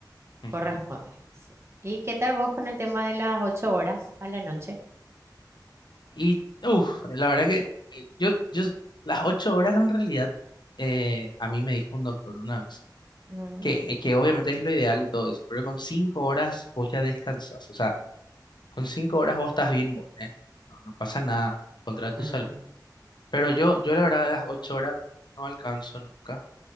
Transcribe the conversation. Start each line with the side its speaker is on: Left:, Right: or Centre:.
Left: Ujú.
Right: Corresponde. dice. ¿Y qué tal vos con el tema de las ocho horas a la noche?
Left: Y uf, la verdad que eh, yo, yo, las ocho horas en realidad, eh, a mí me dijo un doctor una vez,
Right: Mm,
Left: que, que obviamente es lo ideal y todo eso, pero con cinco horas vos ya descansás, o sea, con cinco horas vos estás bien igual, ¿eh? No, no pasa nada contra tu
Right: ah,
Left: salud. Pero yo, yo la verdad las ocho horas no alcanzo nunca.